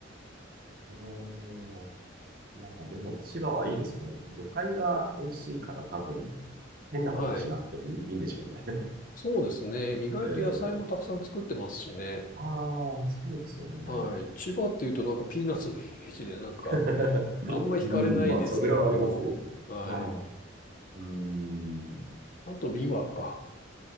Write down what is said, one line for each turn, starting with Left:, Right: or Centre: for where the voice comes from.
Right: <laughs> おー、まあでも千葉はいいですね。魚介が美味しいから多分、変なことしなくてもいいんでしょうね。
Left: はい。そうですね。意外と野菜もたくさん作ってますしね。
Right: <laughs> ええああ、そうですよね。
Left: はい。千葉っていうとなんかピーナッツのイメージでなんか
Right: <laughs>
Left: あんま惹かれないですけど、
Right: うん、まあ、それはありますけど。
Left: はい。
Right: はい。うん。
Left: あとビワか。
Right: そう